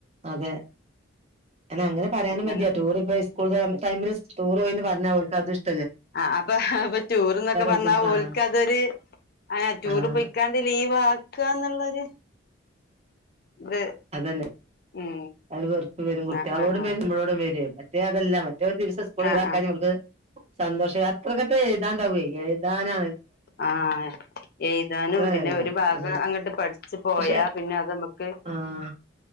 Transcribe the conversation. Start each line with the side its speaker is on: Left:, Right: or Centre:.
Right: അതെ എന്നാ അങ്ങനെ പറയാനും
Left: അങ്ങനെ
Right: മടിയാ. ടൂർ ഇപ്പോ സ്കൂൾ ടൈമിൽ ടൂർ പോയിന്ന് പറഞ്ഞാ ഓർക്ക് അതും ഇഷ്
Left: ആഹ് അപ്പൊ ഇപ്പൊ ടൂറ്ന്നൊക്കെ പറഞ്ഞാ
Right: ബുദ്ധിമു ആഹ്
Left: ഓൽക്ക് അതൊര്, ടൂറ്
Right: ആഹ്
Left: പോയിക്കാ ഇത് ലീവാക്ക്വാന്ന്ള്ളരു ഇത്
Right: അതന്നെ
Left: ഉം
Right: ആ ഒരു വെറ്പ്പ് വരും, കുട്ട്യാളോടും
Left: ആ ആ ആ
Right: വരും നമ്മളോടും വര്വേ. മറ്റേ അതെല്ലാ മറ്റേ ഒരു ദിവസം സ്കൂളൊഴിവാക്കാന്
Left: ആ ആ
Right: ഇവർക്ക് സന്തോഷായി. അത്രക്കട്ട എഴ്താൻ ഇണ്ടാവേ. എഴ്താനാണ്
Left: ആഹ് എയ്താനും പിന്നെ
Right: കാര്യല്ല
Left: ഒരു ഭാഗം
Right: ഉം
Left: അങ്ങട്ട് പഠിച്ച് പോയാ
Right: പക്ഷെ
Left: പിന്നെ അത് ഇമ്മക്ക്
Right: ആഹ്